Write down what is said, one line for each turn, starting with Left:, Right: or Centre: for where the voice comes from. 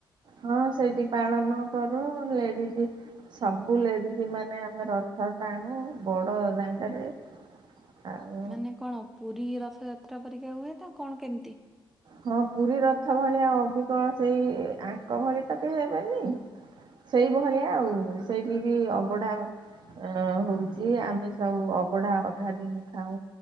Right: ହଁ ସେଠି ପାଳନ କରୁ ଲେଡିଜ ସବୁ ଲେଡିଜ୍ ମାନେ ଆମେ ରଥ ଟାଣୁ ବଡ ଦାଣ୍ଡରେ। ଆଉ।
Centre: ମାନେ କଣ ପୁରୀ ରଥଯାତ୍ରା ପରିକା ହୁଏ ନା କଣ କେମିତି?
Right: ହଁ ପୁରୀ ରଥ ଭଳିଆ ଅବିକଳ ସେଇ ଆଙ୍କ ଭଳିଆ ତ କେହି ହେବେନି। ସେଇ ଭଳିଆ ଆଉ ସେଇଠିକି ଅବଢା ହବ। ଅ ହୋଉଚି ଆମେ ସବୁ ଅବଢା ଅଧା ଦିଇନି ଖାଉ।